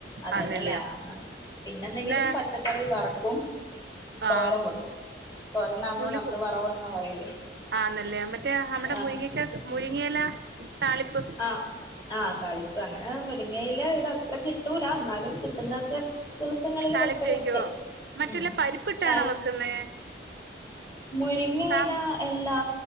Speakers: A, on the left; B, on the right.
A: അതന്ന
B: ആന്നല്ലയോ
A: ല്ലേ ആഹ് പിന്നെന്തെങ്കിലും
B: പിന്നെ
A: പച്ചക്കറി വറുക്കും
B: ആ
A: തോരൻ വെക്കും തോരൻ ആന്നോ
B: നുള്ളി
A: നമ്മള്
B: കു-
A: വറവ് എന്നാ പറയല്
B: ആന്നല്ലേ മറ്റേ നമ്മുടെ
A: ആഹ്
B: മുരിങ്ങക്ക മുരിങ്ങയില താളിപ്പ്
A: ആഹ് ആഹ് താളിപ്പ് അങ്ങനെ മുരിങ്ങയില ഇവിട അത്ര കിട്ടൂല എന്നാലും കിട്ടുന്നത്ര ദിവസങ്ങളില്
B: താളിച്ച്
A: വെക്കലുണ്ട്
B: വെക്കോ മറ്റല്ല
A: ഉം
B: പരിപ്പിട്ടാണോ
A: താളി
B: വെക്കുന്നേ
A: മുരിങ്ങ
B: സാ
A: ഇല എല്ലാ